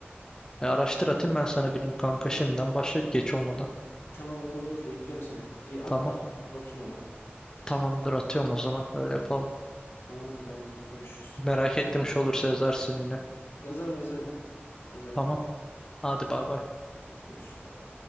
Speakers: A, on the left; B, on the left.
A: E, araştır atayım ben sana bir link kanka şimdiden başla geç olmadan.
B: Tamam olur olur bekliyorum seni. Bir at
A: Tamam.
B: da bir bakayım ona.
A: Tamamdır atıyorum o zaman öyle yapalım.
B: Tamamdır ben bir görüşürüz.
A: Merak ettim bir şey olursa yazarsın yine.
B: Yazarım yazarım. Yazarım.
A: Tamam. Hadi bay
B: Tamam.
A: bay.
B: Hadi görüşürüz bay bay.